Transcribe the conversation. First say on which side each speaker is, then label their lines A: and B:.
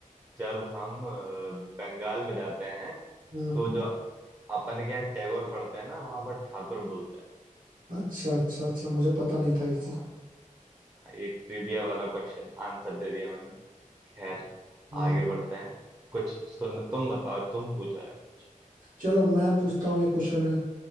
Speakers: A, on the right; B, on the right.
A: जब हम अ, बंगाल में जाते हैं
B: हाँ
A: तो जो अपन के यहाँ टैगोर पढ़ते हैं ना वहां पर ठाकुर बोलते हैं
B: अच्छा अच्छा अच्छा मुझे पता नहीं था
A: हाँ
B: ये
A: हाँ, ये ट्रिविया वाला क्वेश्चन आंसर दे दिया मैंने खैर
B: चीज
A: आगे बढ़ते हैं कुछ सुन तुम बताओ तुम पूछो यार कुछ
B: चलो मैं पूछता हूँ ये क्वेश्चन है